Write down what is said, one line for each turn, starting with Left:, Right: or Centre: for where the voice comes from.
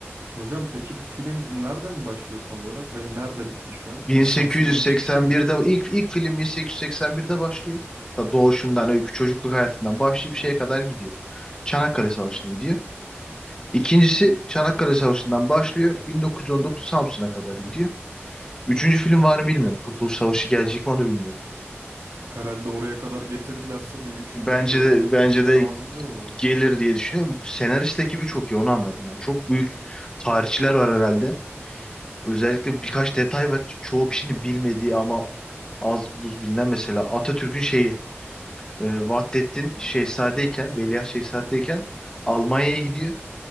Right: Hocam peki bu film nereden başlıyor tam olarak ve nerede bitti şu an?
Left: 1881'de
Right: Samsun'a ve çıkışta mı bitti?
Left: ilk ilk film 1881'de başlıyor. Ta Doğuşundan, öykü çocukluk hayatından başlayıp şeye kadar gidiyor. Çanakkale Savaşı'na gidiyor. İkincisi Çanakkale Savaşı'ndan başlıyor. 1919 Samsun'a kadar gidiyor. Üçüncü film var mı bilmiyorum. Kurtuluş Savaşı gelecek mi onu bilmiyorum.
Right: Herhalde oraya kadar getirdilerse bir üçüncü,
Left: Bence
Right: dördüncü
Left: de
Right: filmde
Left: bence
Right: lazımdır
Left: de
Right: o zaman.
Left: gelir diye düşünüyorum. Senarist ekibi çok iyi onu anladım. Yani çok büyük tarihçiler var herhalde. Özellikle birkaç detay var. Çoğu kişinin bilmediği ama az buz bilinen mesela Atatürk'ün şeyi e, Vahdettin Şehzade'yken Veliaht Şehzade'yken Almanya'ya gidiyor.